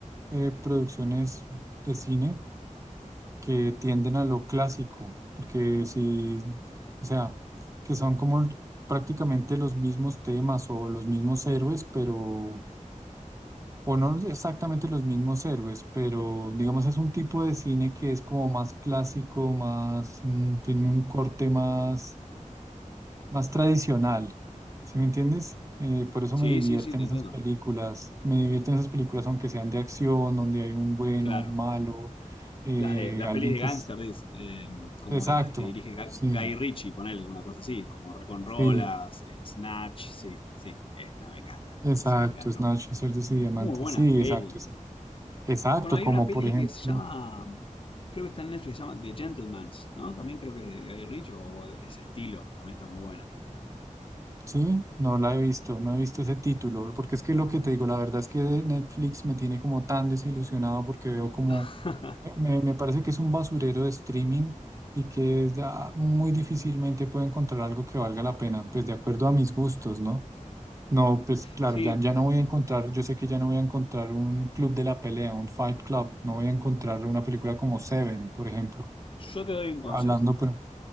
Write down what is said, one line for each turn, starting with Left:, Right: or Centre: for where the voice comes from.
Right: eh, producciones de cine que tienden a lo clásico, porque si, o sea, que son como prácticamente los mismos temas o los mismos héroes, pero, o no exactamente los mismos héroes, pero digamos es un tipo de cine que es como más clásico, más, mm, tiene un corte más más tradicional, ¿sí me entiendes? Eh, por eso
Left: Sí,
Right: me divierten
Left: sí, sí, te
Right: esas
Left: entiendo.
Right: películas, me divierten esas películas aunque sean de acción, donde hay un bueno,
Left: Claro.
Right: un malo, eh,
Left: Las, de, las
Right: alguien
Left: pelis de
Right: que
Left: gangster,
Right: es...
Left: es, eh, como
Right: Exacto,
Left: de las que dirige Ga-
Right: sí,
Left: Guy Ritchie, ponele una cosa así, como Reconrolas,
Right: sí,
Left: eh, Snatch, sí, sí, esta me encanta,
Right: exacto,
Left: eso me encanta.
Right: Snatch, Cerdos y Diamantes,
Left: Muy buenas
Right: sí,
Left: pelis.
Right: exacto, es- exacto,
Left: Bueno, hay
Right: como
Left: una peli
Right: por ejemplo,
Left: que se llama, creo que está en Netflix, se llama The Gentleman's, ¿no? También creo que es de de Guy Ritchie o de ese estilo, también está muy buena.
Right: Sí, no la he visto, no he visto ese título, porque es que lo que te digo, la verdad es que de Netflix me tiene como tan desilusionado porque veo como,
Left: <laughs>
Right: eh, me, me parece que es un basurero de streaming y que da- muy difícilmente puedo encontrar algo que valga la pena, pues de acuerdo a mis gustos, ¿no? No, pues claro,
Left: Sí,
Right: ya, ya no voy a encontrar, yo sé que ya no voy a encontrar un club de la pelea, un Fight Club, no voy a encontrar una película como Seven, por ejemplo,
Left: yo te doy un
Right: hablando,
Left: consejo.
Right: pero...